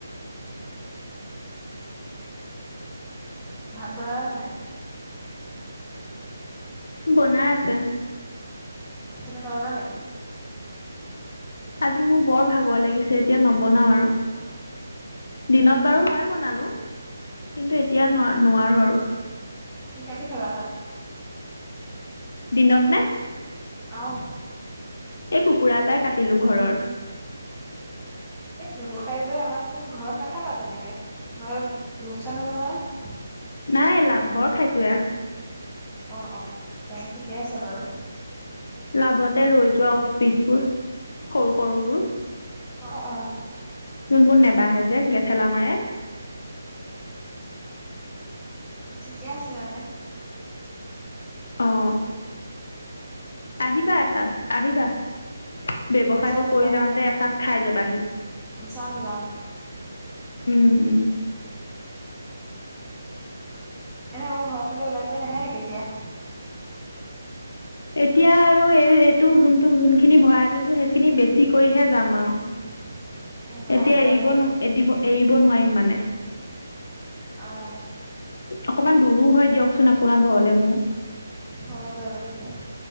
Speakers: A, in the centre; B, on the left.
A: ভাত বনালা নাই?
B: বনাই আছে।
A: তুমি নবনোৱা নেকি?
B: আজি মোৰ বৰ ভাগৰ লাগিছে এতিয়া নবনাওঁ আৰু। দিনত
A: অ
B: বাৰু
A: অ
B: ময়ে বনালোঁ, কিন্তু এতিয়া ন-নোৱাৰো আৰু।
A: কি হেদি খালা ভাত?
B: দিনত নে?
A: অ'।
B: এই কুকুৰা এটাই কাটিলো ঘৰৰ।
A: এই ব্যৱসায় বাবে আনা বোৰ ঘৰত নাখাবা তেনেকে, নহয় লোকচান হ'ব নহয়।
B: নাই লাভৰ খাইছোঁ এয়া।
A: অ', অ', তে ঠিকে আছে বাৰু।
B: লাভতে ৰৈ যোৱা অফ পিচবোৰ, সৰু সৰু বোৰ।
A: অ', অ'।
B: যোনবোৰ নেবাহে যে গেথেলা মাৰে।
A: ঠিকে আছে এনে।
B: অ'। আহিবা এসাঁজ আহিবা, ব্যৱসায়টো
A: যাম
B: কৰি যাওঁতে এসাঁজ খাই যাবাহি।
A: চাম গ্ৰাম।
B: উম, উম।
A: এনে বাৰু ঘৰৰ ফালে ওলাই কৰি নাহে নেকি এতিয়া?
B: এতিয়া আৰু এই এইটো যোনটো যোনখিনি ভৰাই লৈছোঁ সেইখিনি বেছি কৰিহে যাম আৰু।
A: <unintelligible>
B: এতিয়া
A: আহিব
B: এৰিব
A: আহিব।
B: ন-এদিব এৰিব নোৱাৰিম মানে।
A: অ'।
B: অকমান দূৰো হয় দিয়কচোন আপোনাৰ ঘৰলৈ মোৰ।
A: হয় বাৰু সেইটো।